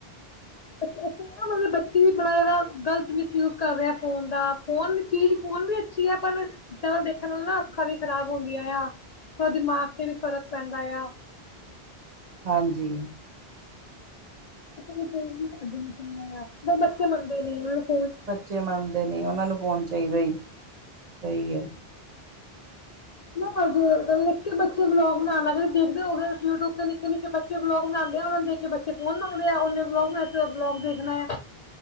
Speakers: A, on the left; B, on the right.
A: ਤੁਸੀ <unintelligible> ਮਤਲਬ ਬੱਚੇ ਵੀ ਬੜਾ ਜਦਾ ਗ਼ਲਤ ਮਿਸਯੂਜ ਕਰ ਰਹੇ ਆ ਫੋਨ ਦਾ, ਫੋਨ ਚੀਜ਼ ਫੋਨ ਵੀ ਅੱਛੀ ਐ ਪਰ ਜਿਆਦਾ ਦੇਖਣ ਨਾਲ ਨਾ ਅੱਖਾਂ ਵੀ ਖ਼ਰਾਬ ਹੁੰਦੀਆਂ ਯਾ, ਦਿਮਾਗ ਤੇ ਵੀ ਫ਼ਰਕ ਪੈਂਦਾ ਯਾ।
B: ਹਾਂਜੀ।
A: ਸਾਡੇ ਨ ਆ ਪਰ ਬੱਚੇ ਮੰਨਦੇ ਨ ਹ <unintelligible> <unintelligible>
B: ਬੱਚੇ ਮੰਨਦੇ ਨੀਂ ਉਹਨਾਂ ਨੂੰ ਫੋਨ ਚਈਦਾਈ, ਸਈ ਏ।
A: ਨਾ ਅ ਗ <unintelligible> ਬੱਚੇ ਵਲੋਗ ਬਣਾਉ ਲੈਂਦੇ ਤੁਸੀ ਦੇਖਦੇ ਹੋਵੋਗੇ, ਯੂਟਿਊਬ ਤੇ ਨਿੱਕੇ -ਨਿੱਕੇ ਬੱਚੇ ਵਲੋਗ ਬਣਾਂਦੇ, ਉਹਨਾਂ ਦੇਖ ਕਿ ਬੱਚੇ ਫੌਨ ਮੰਗਦੇ ਆ, ਉਹਨੇ ਵਲੋਗ ਬਣਾ ਕੇ ਓਹ ਵਲੋਗ ਦੇਖਣਾ ਯਾ।